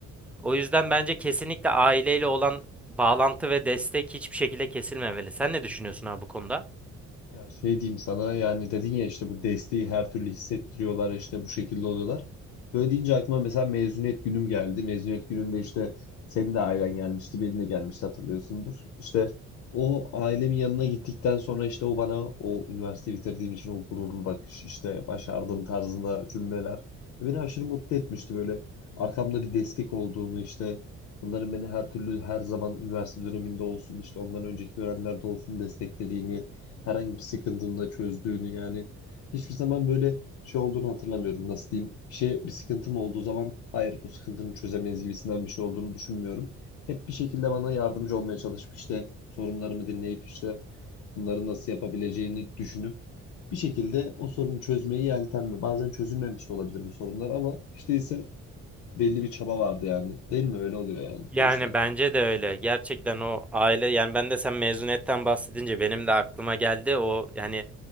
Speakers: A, in the centre; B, on the left (about 75°).
A: O yüzden bence kesinlikle aileyle olan bağlantı ve destek hiçbir şekilde kesilmemeli. Sen ne düşünüyorsun abi bu konuda?
B: Ya şey diyeyim sana yani dedin ya işte bu desteği her türlü hissettiriyorlar işte bu şekilde oluyorlar. Böyle deyince aklıma mesela mezuniyet günüm geldi. Mezuniyet gününde işte senin de ailen gelmişti, benim de gelmişti hatırlıyorsundur. İşte o ailemin yanına gittikten sonra işte o bana o üniversite bitirdiğim için o gururlu bakış işte başardım tarzında cümleler beni aşırı mutlu etmişti böyle arkamda bir destek olduğunu işte onların beni her türlü her zaman üniversite döneminde olsun işte ondan önceki dönemlerde olsun desteklediğini herhangi bir sıkıntını da çözdüğünü yani hiçbir zaman böyle şey olduğunu hatırlamıyorum. Nasıl diyeyim? Bir şey bir sıkıntım olduğu zaman hayır bu sıkıntını çözemeyiz gibisinden bir şey olduğunu düşünmüyorum. Hep bir şekilde bana yardımcı olmaya çalışıp işte sorunlarımı dinleyip işte bunları nasıl yapabileceğini düşünüp bir şekilde o sorunu çözmeyi yeltenme. Bazen çözülmemiş de olabilir bu sorunlar ama işte ise belli bir çaba vardı yani. Değil mi? Öyle oluyor yani
A: Yani
B: bu işler.
A: bence de öyle. Gerçekten o aile yani ben de sen mezuniyetten bahsedince benim de aklıma geldi. O yani